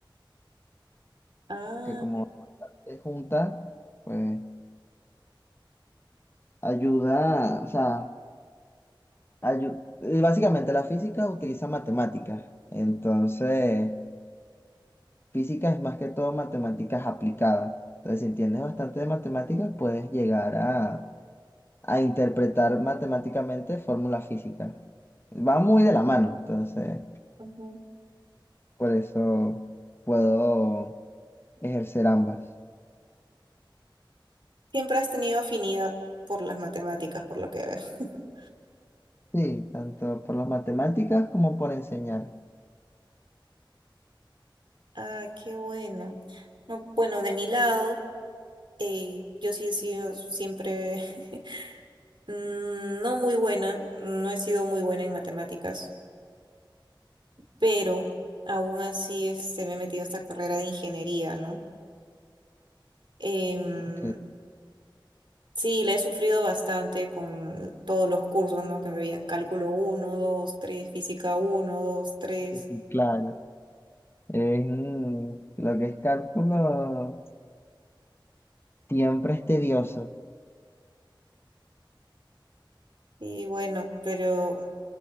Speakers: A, on the right (about 70°); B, on the left (about 25°).
A: Ah,
B: que como es junta, pues ayuda, o sea, ayu- eh, básicamente la física utiliza matemáticas. Entonces... Física es más que todo matemáticas aplicadas. Entonces, si entiendes bastante de matemáticas, puedes llegar a, a interpretar matemáticamente fórmulas físicas. Va muy de la mano, entonces,
A: ujú.
B: por eso puedo ejercer ambas.
A: Siempre has tenido afinidad por las matemáticas, por lo que veo. <laughs>
B: Sí, tanto por las matemáticas como por enseñar.
A: Ah, qué bueno. No, bueno, de mi lado, eh, yo sí he sido siempre <laughs> mm, no muy buena, no he sido muy buena en matemáticas, pero aún así este, me he metido a esta carrera de ingeniería, ¿no? Em,
B: porque
A: Sí, le he sufrido bastante con todos los cursos, ¿no? Que me habían cálculo uno, 2, 3, física uno, 2, tres
B: Sí, sí, claro. Es, mm, lo que es cálculo siempre es tedioso.
A: Y bueno, pero